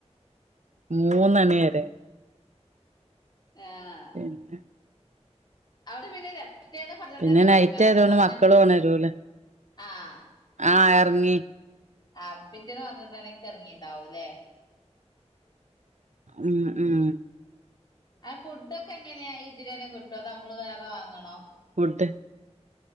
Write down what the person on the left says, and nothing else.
ആഹ്
അവ്ടെ പിന്നേല്ലേ പിറ്റേന്ന് പന്ത്രണ്ട
ണിക്കറങ്ങണംന്ന
അങ്ങനെ
ആഹ്
ആപ്പിറ്റേന്ന് പന്ത്രണ്ടണിക്കെ റങ്ങീണ്ടാവുലേ
ആഹ് ഫുഡൊക്കെ എങ്ങനെയാ ഇതി ലന്നെ കിട്ടോ അതോ അമ്മള് വേറെ വാങ്ങണോ